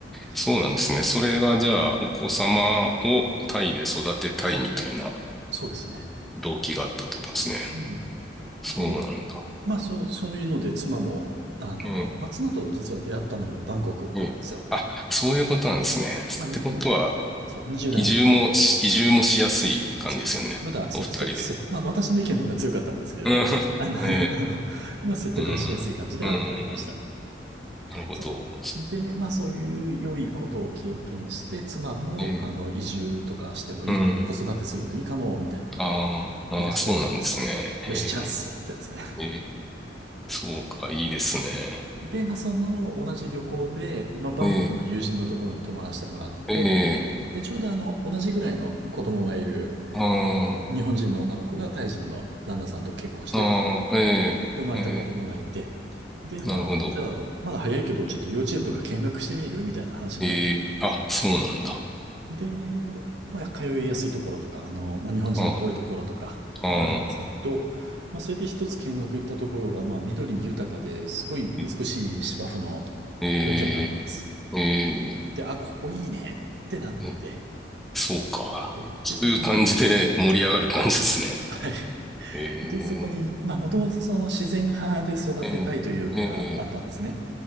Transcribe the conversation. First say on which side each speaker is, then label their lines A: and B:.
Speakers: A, in the centre; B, on the right.
A: そうなんですね。
B: そう、
A: それがじゃあ、お子様をタイで育てたいみたいな
B: そうですね。
A: 動機があったってことですね。
B: うん。
A: そうなんだ。
B: で、まあ、そう、そういうので、妻も、あの、
A: うん、
B: まあ、妻と実は出会ったのもバンコクなんですよ。
A: うん。あ、そういうことなんですね。
B: まあ、
A: ってことは、
B: に、にそう、20代の時ですけど、
A: 移住もし、移住もしやすい感じですよね。
B: そうですね。まだ、そう、
A: お二人で。
B: せ、せ、まあ、私の意見の方が強かったんですけれど、
A: うん、
B: あの
A: <laughs> ねえ。
B: <laughs> まあ、説得はしやすい感じではありました。
A: うん、うん、なるほど。
B: そう。で、まあ、そういう良いことを経験して、妻も、
A: うえ
B: あの、移住とかしてもいい、
A: うん。
B: 子育てするのいいかも、みたいなことを
A: あーあー、
B: 言い出してくれたんですよ。
A: そうなんですね。
B: よし、
A: え
B: チャンスと思ってですね
A: ー、えーそうか、いいですね。
B: で、まあ、その同じ旅行で、まあ、バンコクの友人のところに泊まらせてもらって、
A: えー、え
B: で、ちょうどあの、同じぐらいの子供がいる、
A: ー、あー
B: あの、日本人の女の子がタイ人の旦那さんと結婚して、
A: あー、えー、
B: 生まれた子供がいて、
A: え
B: で、まあ、
A: ー、なるほど。
B: じゃあ、まだ早いけど、ちょっと幼稚園とか見学してみるみたいな話になったんです
A: えー、あ、そうなんだ。
B: で、まあ、通いやすいところとか、あの、まあ、日本人が多いところとか、
A: あーあ
B: まあ、あるんですけれど、まあ、それで一つ見学行ったところが、まあ、緑豊かで、すごい美しい芝生の
A: ー、え
B: 幼稚園があったんです。
A: ー、え
B: で、あ、ここいいねってなって、
A: ー、えそうか。
B: で、
A: そういう感じで盛り上がる感じですね。
B: でそこに、はい。はい。
A: <laughs> え
B: で、そこに、まあ、もともとその自然派で育てたいというのがあったんですね。
A: ー、えー、え